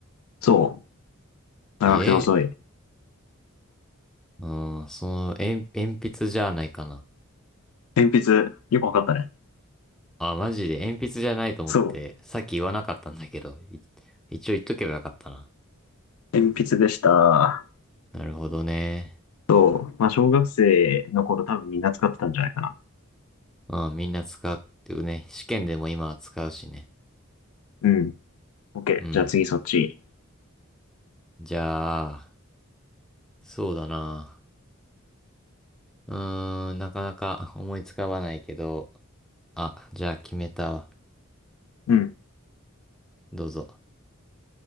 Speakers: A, on the left; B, in the centre.
A: そう。長くて細い。
B: ええうん、その、鉛鉛筆じゃないかな。
A: 鉛筆、よくわかったね。
B: あ、マジで鉛筆じゃないと思って、
A: そう。
B: さっき言わなかったんだけど、い一応言っとけばよかったな。
A: 鉛筆でした。
B: なるほどね。
A: そう。まあ小学生の頃多分みんな使ってたんじゃないかな。
B: うん、みんな使ってるね。試験でも今は使うしね。
A: うん。OK。
B: うん。
A: じゃあ次そっち。
B: じゃあ、そうだな。うーん、なかなか思いつかわないけど、あ、じゃあ決めたわ。
A: うん。
B: どうぞ。